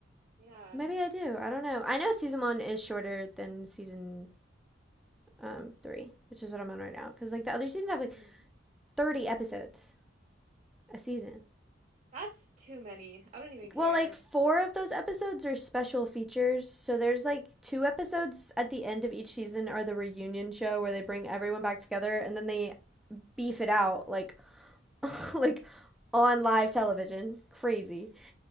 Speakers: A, on the right; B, in the centre.
A: Yeah.
B: maybe I do. I don't know. I know season one is shorter than season um, three, which is what I'm on right now. Because like the other seasons have like
A: Hmm.
B: 30 episodes a season.
A: That's too many. I don't even care.
B: Well, like four of those episodes are special features. So there's like two episodes at the end of each season are the reunion show where they bring everyone back together and then they beef it out like <laughs> like on live television. Crazy.